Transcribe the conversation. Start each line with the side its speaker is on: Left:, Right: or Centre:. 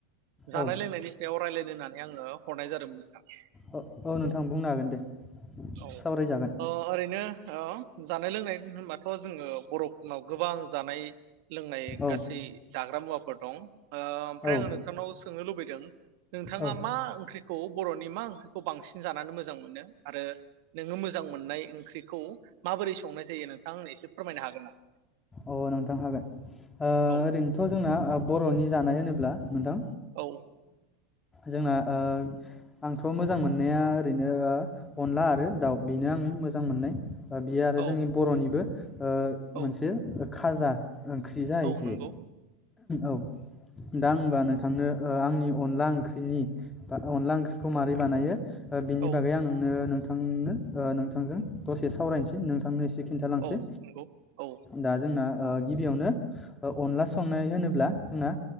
Right: जानाय
Left: औ
Right: लोंनायनि सायाव रायलायनो होननानै आङो हरनाय जादोंमोन। नोंथां
Left: ओ औ नोंथां बुंनो हागोन दे।
Right: औ
Left: सावरायजागोन
Right: ओ ओरैनो ओ जानाय लोंनाय होनबाथ' जोङो बर' उनाव गोबां जानाय लोंनाय
Left: औ
Right: गासै जाग्रा मुवा फोर दं। ओ ओमफ्राय
Left: औ
Right: आङो नोंथांनाव सोंनो लुबै दों। नोंथाङा
Left: औ
Right: मा ओंख्रिखौ बर'नि मा ओं खौ बांसिन जानानै मोजां मोनो? आरो नोङो मोजां मोननाय ओंख्रिखौ माबोरै संनाय जायो नोंथाङा आंनो एसे फोरमायनो हागोन ना?
Left: अ नोंथां हागोन ओ
Right: औ
Left: ओरैनोथ' जोंना बर'नि जान नाय होनोब्ला नोंथां
Right: औ।
Left: जोंना ओ आंथ' मोजां मोननाया ओरैनो अनला आरो दाउ बेनो आंनि मोजां मोननाय। ओ बियो आरो
Right: औ
Left: जोंनि बर'निबो ओ
Right: औ
Left: मोनसे ओ खाजा ओंख्रि जाहैखायो
Right: औ नंगौ
Left: औ। दा ओनबा नोंथांनो ओ आंनि अनला ओंख्रिनि अनला ओंख्रिखौ माबारै बानायो बिनि
Right: औ
Left: बागै आं नोंनो नोंथ नोंथांनो ओ नोंथांजों दसे सावरायनोसै नोंथांनो एसे एसे खिन्थालांसै।
Right: औ नंगौ औ
Left: दा जोंना ओ गिबियावनो अनला संनाय होनोब्ला जोंना